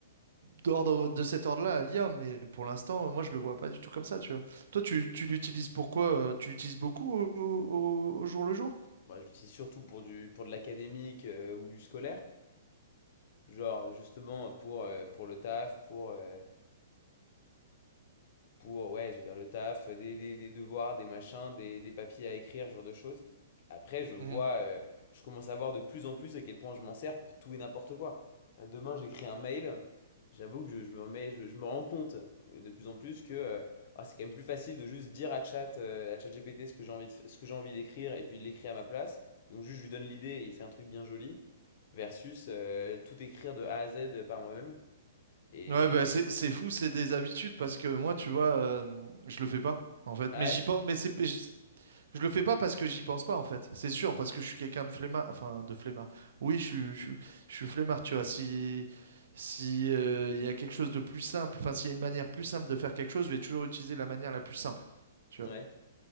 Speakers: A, on the right (about 70°); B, on the left (about 50°).
A: d'ordre de cet ordre-là à l'IA, mais pour l'instant, euh, moi, je le vois pas du tout comme ça, tu vois. Toi, tu, tu l'utilises pourquoi? euh, Tu l'utilises beaucoup au, au- au jour le jour?
B: Moi je l'utilise surtout pour du, pour de l'académique euh, ou du scolaire. Genre, justement, pour, euh, pour le taf, pour, euh, pour, ouais, je vais dire le taf, des, des- des devoirs, des machins, des, des papiers à écrire, ce genre de choses. Après, je vois,
A: Mhm.
B: euh, je commence à voir de plus en plus à quel point je m'en sers pour tout et n'importe quoi. Euh, Demain, j'écris un mail, j'avoue que je, je me remets, je, je me rends compte euh, de plus en plus que euh, ah, c'est quand même plus facile de juste dire à chat, euh, à ChatGPT ce que j'ai envie de, f- ce que j'ai envie d'écrire et puis de l'écrire à ma place. Donc juste, je lui donne l'idée et il fait un truc bien joli, versus euh, tout écrire de A à Z par moi-même. Et...
A: Ouais, bah, c'est, c'est fou, c'est des habitudes parce que moi, tu vois, euh, je le fais pas, en fait.
B: Ah
A: Mais j'y
B: ouais?
A: pense, mais c'est, mais je, je le fais pas parce que j'y pense pas, en fait. C'est sûr, parce que je suis quelqu'un de flemmard, enfin, de flemmard. Oui, je suis, je, suis je suis flemmard, tu vois. Si, si, euh, il y a quelque chose de plus simple, enfin, s'il y a une manière plus simple de faire quelque chose, je vais toujours utiliser la manière la plus simple. tu
B: Ouais.
A: vois.